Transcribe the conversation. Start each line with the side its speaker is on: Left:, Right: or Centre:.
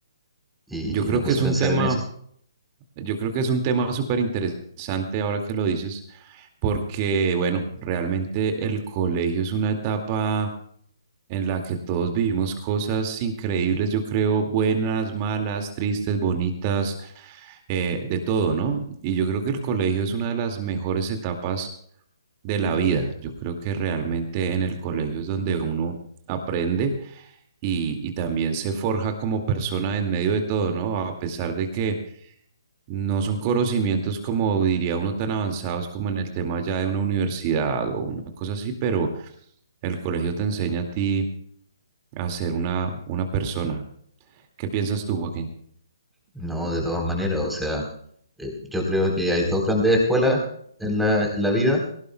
Centre: y,
Right: Yo
Centre: y
Right: creo
Centre: me puse
Right: que es
Centre: a
Right: un
Centre: pensar
Right: tema,
Centre: en eso.
Right: yo creo que es un tema súper interesante ahora que lo dices, porque bueno, realmente el colegio es una etapa en la que todos vivimos cosas increíbles, yo creo, buenas, malas, tristes, bonitas, eh, de todo, ¿no? Y yo creo que el colegio es una de las mejores etapas de la vida. Yo creo que realmente en el colegio es donde uno aprende y, y también se forja como persona en medio de todo, ¿no? A pesar de que no son conocimientos como diría uno tan avanzados como en el tema ya de una universidad o una cosa así, pero el colegio te enseña a ti a ser una, una persona. ¿Qué piensas tú, Joaquín?
Centre: No, de todas maneras, o sea, eh, yo creo que hay dos grandes escuelas en la, en la vida.